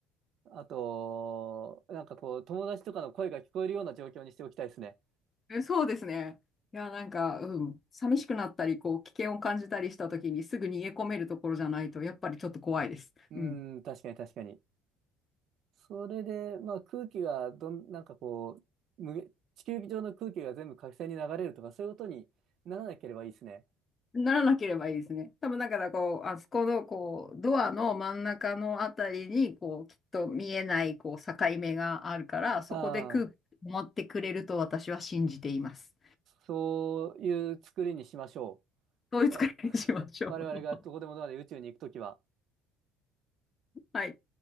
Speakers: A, on the right (about 55°); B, on the left (about 30°).
A: あと、なんかこう、友達とかの声が聞こえるような状況にしておきたいですね。
B: えそうですね。いや、なんか、うん、寂しくなったり、こう、危険を感じたりしたときに、すぐ逃げ込めるところじゃないと、やっぱりちょっと怖いです。
A: うん、
B: うん。
A: 確かに確かに。それで、まあ空気がどん、なんかこう、無限地球上の空気が全部火星に流れるとか、そういうことにならなければいいですね。
B: ならなければいいですね。多分、だから、こう、あそこの、こう、ドアの真ん中のあたりに、こう、きっと見えない、こう、境目があるから、そこで空気を持ってくれると私は信じています。
A: ああ、そういう作りにしましょ
B: そういう使いにしましょう。
A: う。わ我々がどこでもドアで宇宙に行くときは。
B: <laughs> はい。